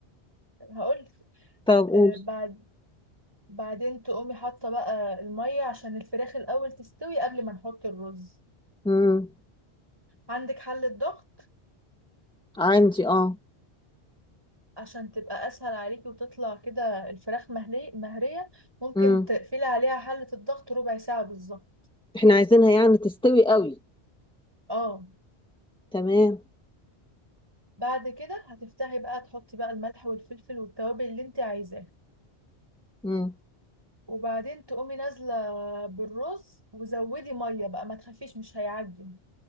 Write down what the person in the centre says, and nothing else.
طب قول
امم
عندي اه
امم
احنا عايزينها يعني تستوي قوي
تمام
امم